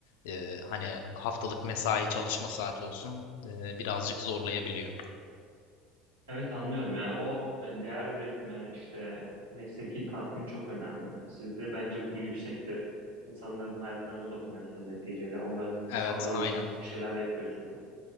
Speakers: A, on the left (about 70°); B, on the right (about 85°).
A: e, hani haftalık mesai çalışma saati olsun e, birazcık zorlayabiliyor.
B: Evet anlıyorum ya. O e, değer üretme işte mesleki tatmin çok önemli. Sizde bence bu yüksektir. İnsanların hayatlarına dokunuyorsunuz neticede. Onların
A: Evet,
B: sağlığı
A: aynen.
B: için bir şeyler yapıyorsunuz.